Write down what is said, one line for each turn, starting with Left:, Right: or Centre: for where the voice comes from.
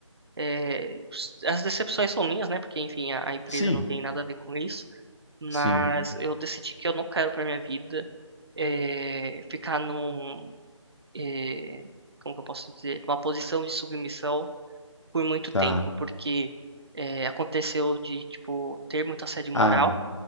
Right: é, as decepções são minhas, né, porque, enfim, a, a empresa
Left: Sim,
Right: não tem nada a ver com isso, mas
Left: sim,
Right: eu decidi que eu não quero para minha vida é, ficar num, é, como que eu posso dizer, numa posição de submissão por muito
Left: tá.
Right: tempo, porque é, aconteceu de, tipo, ter muita assédio moral
Left: Ah,